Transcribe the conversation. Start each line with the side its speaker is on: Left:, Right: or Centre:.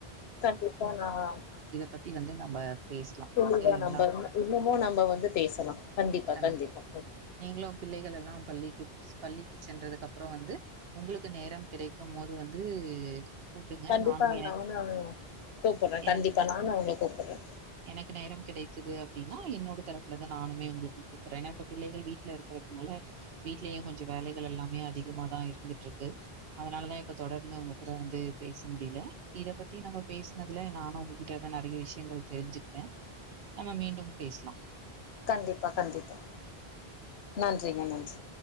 Left: கண்டிப்பா நான்
Right: பத்தி வந்து நம்ம
Left: <inaudible>
Right: பேசலாம் இல்லைங்களா?
Left: நம்ம இன்னுமோ நம்ம வந்து பேசலா கண்டிப்பா
Right: கண்
Left: கண்டிப்பா
Right: நீங்களும் பிள்ளைகள் எல்லாம் பள்ளிக்கு பள்ளிக்கு சென்றதுக்கு அப்புறம் வந்து உங்களுக்கு நேரம் கிடைக்கும் போது வந்து கூப்டுங்க
Left: கண்டிப்பா
Right: நானும் எனக்கு
Left: நானு கூப்புட்றே
Right: என
Left: கண்டிப்பா நானு உங்கள கூப்புட்றே
Right: எனக்கு நேரம் கிடைச்சுதுன அப்படின்னா என்னோட தரப்புல வந்து நானுமே உங்களுக்கு கூப்பிடறே பிள்ளைகள் வீ ட்ல இருக்கிறது நால வீட்லயும் கொஞ்சம் வேலைகள் எல்லாமே அதிகமாதான் இருந்துட்டு இருக்கு அதனாலதான் இப்ப தொடர்ந்து உங்க கூட வந்து பேச முடியல இத பத்தி நம்ம பேசினதுல நானும் உங்ககிட்டதான் நிறைய விஷயங்கள் தெரிஞ்சுகிட்டேன் நம்ம மீண்டும் பேசலா
Left: கண்டிப்பா கண்டிப்பா நன்றிங்க நன்றி